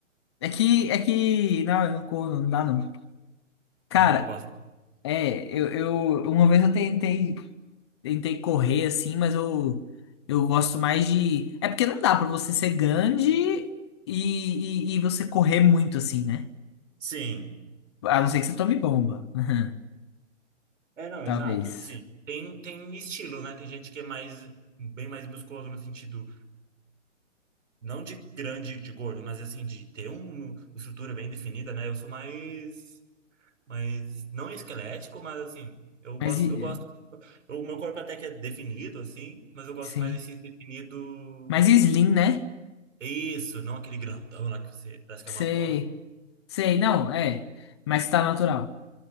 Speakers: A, on the left (about 20°); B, on the right (about 75°).
A: É que, é que, não, eu não corro, não dá não. Cara,
B: Ah, não, eu gosto.
A: é, eu, eu, uma vez eu tentei. tentei correr assim, mas eu, eu gosto mais de. É porque não dá pra você ser grande e, e, e você correr muito assim, né?
B: Sim.
A: A não ser que você tome bomba, né?
B: É, não,
A: talvez.
B: exato, assim. Tem, tem estilo, né? Tem gente que é mais, bem mais musculoso no sentido, não de grande, de gordo, mas assim, de ter um, uma estrutura bem definida, né? Eu sou mais, mais, não esquelético, mas assim, eu gosto,
A: Mas e-
B: eu gosto
A: é,
B: O meu corpo até que é definido, assim, mas eu gosto
A: sim.
B: mais desse definido.
A: Mas e slim, né?
B: Isso, não aquele grandão lá que você parece que
A: Sei,
B: é uma porta.
A: sei, não, é. Mas tá natural.